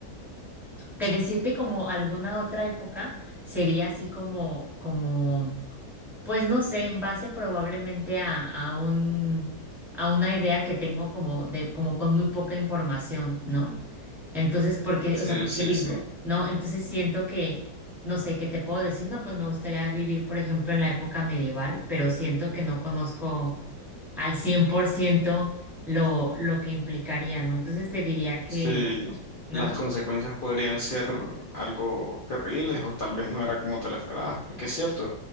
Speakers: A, in the centre; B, on the left.
A: que decirte como alguna otra época sería así como, como, pues no sé, en base probablemente a, a un, a una idea que tengo como de, como con muy poca información, ¿no? Entonces, ¿por qué?
B: Sí,
A: O sea, ¿por
B: sí,
A: qué digo?
B: sí.
A: No, entonces siento que, no sé, ¿qué te puedo decir? No, pues me gustaría vivir, por ejemplo, en la época medieval, pero siento que no conozco al 100% lo, lo que implicaría, ¿no? Entonces te diría que,
B: Sí,
A: ¿no?
B: las consecuencias podrían ser algo terribles o tal vez no era como te lo esperabas, porque es cierto,